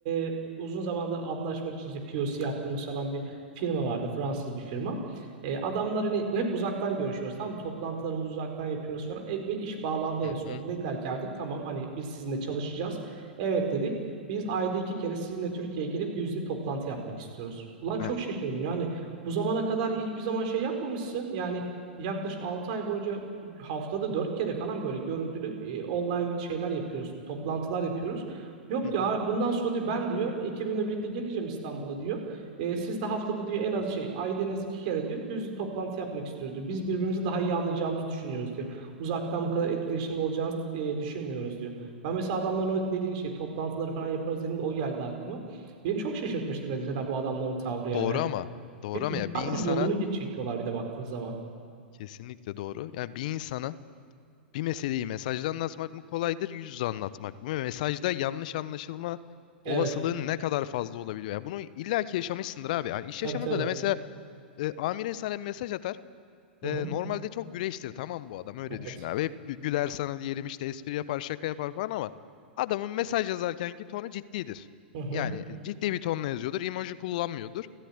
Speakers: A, on the right; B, on the left.
A: e, uzun zamandır anlaşmak için işte POC yaptığımız falan bir firma vardı. Fransız bir firma. E, adamlar hani hep uzaktan görüşüyoruz tamam mı? Toplantılarımızı uzaktan yapıyoruz falan. E, ve iş bağlandı en
B: Hı
A: sonunda.
B: hı.
A: Dediler ki artık tamam hani biz sizinle çalışacağız. Evet dedik. Biz ayda iki kere sizinle Türkiye'ye gelip yüzde toplantı yapmak istiyoruz. Ulan çok
B: Heh.
A: şaşırdım. Yani bu zamana kadar hiçbir zaman şey yapmamışsın. Yani yaklaşık 6 ay boyunca haftada 4 kere falan böyle görüntülü e, online şeyler yapıyoruz. Toplantılar yapıyoruz. Yok
B: Hı
A: diyor
B: hı.
A: "Aa, bundan sonra diyor ben diyor ekibimle birlikte geleceğim İstanbul'a diyor. E, siz de haftada diyor en az şey ayda en az iki kere diyor yüzlü toplantı yapmak istiyoruz diyor. Biz birbirimizi daha iyi anlayacağımızı düşünüyoruz diyor. Uzaktan bu kadar etkileşimli olacağını e, düşünmüyoruz diyor. Ben mesela adamların o dediğin şey toplantıları falan yaparız dediğinde o geldi aklıma. Beni çok şaşırtmıştı mesela bu adamların tavrı yani.
B: Doğru ama doğru
A: Ve dünyanın
B: ama ya bir insana
A: yolunu geç çekiyorlar bir de baktığın zaman.
B: kesinlikle doğru. Yani bir insana Bir meseleyi mesajda anlatmak mı kolaydır, yüz yüze anlatmak mı? Ve Mesajda yanlış anlaşılma
A: Evet.
B: olasılığın ne kadar fazla olabiliyor? Ya bunu illaki yaşamışsındır abi. Yani iş
A: Tabii
B: yaşamında
A: tabii.
B: da mesela e, amirin sana bir mesaj atar.
A: Hı
B: E,
A: hı.
B: normalde çok güreştir tamam bu adam öyle
A: Evet.
B: düşün abi. Hep gü- güler sana diyelim işte espri yapar şaka yapar falan ama adamın mesaj yazarkenki tonu ciddidir.
A: Hı hı.
B: Yani ciddi bir tonla yazıyordur. Emoji kullanmıyordur.